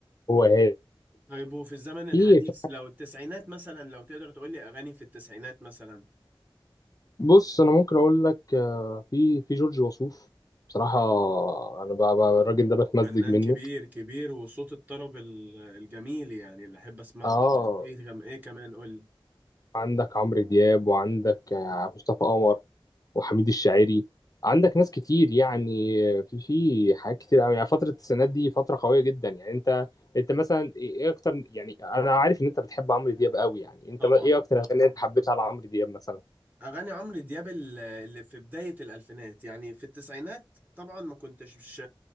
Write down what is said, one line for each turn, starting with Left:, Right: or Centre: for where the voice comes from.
Left: هو هادي
Right: طيب وفي الزمن الحديث
Left: في في-
Right: لو التسعينات مثلا لو تقدر تقول لي أغاني في التسعينات مثلا
Left: بص انا ممكن اقول لك آه، في في جورج وسوف بصراحة انا بقى بقى الراجل ده بتمزج
Right: فنان
Left: منه
Right: كبير كبير وصوت الطرب ال- الجميل يعني اللي أحب أسمعه
Left: اه
Right: طبعا إيه كم إيه كمان قول لي
Left: عندك عمرو دياب وعندك آه، مصطفى قمر وحميد الشاعري عندك ناس كتير يعني في في حاجات كتير قوي يعني فترة السنات دي فترة قوية جدا يعني انت انت مثلا ايه إيه اكتر يعني انا عارف ان انت بتحب عمرو دياب قوي يعني انت
Right: طبعا
Left: ما- ايه اكتر
Right: طبعا
Left: اغاني انت حبيتها لعمرو دياب مثلا
Right: أغاني عمرو دياب ال- اللي في بداية الألفينات يعني في التسعينات طبعا ما كنتش مش